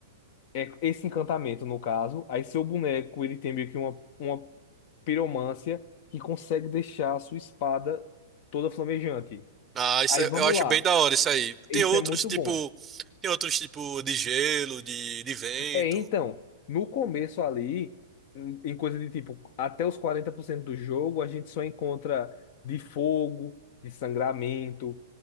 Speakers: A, on the left (about 50°); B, on the right (about 20°).
A: é esse encantamento no caso. Aí seu boneco, ele tem meio que uma, uma piromância que consegue deixar a sua espada toda flamejante.
B: Ah, isso
A: Aí
B: é-
A: vamos
B: eu acho
A: lá.
B: bem da hora isso aí.
A: Isso
B: Tem outros
A: é muito
B: tipo,
A: bom.
B: tem outros tipo de gelo, de, de vento.
A: É, então, no começo ali, em em coisa de tipo, até os 40% do jogo, a gente só encontra de fogo, de sangramento.